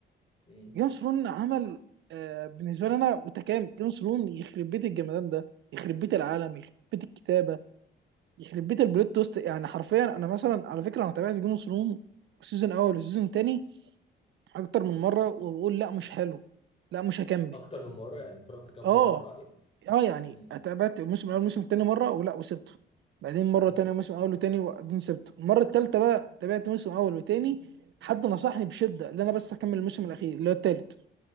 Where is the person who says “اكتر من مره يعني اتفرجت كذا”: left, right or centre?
Left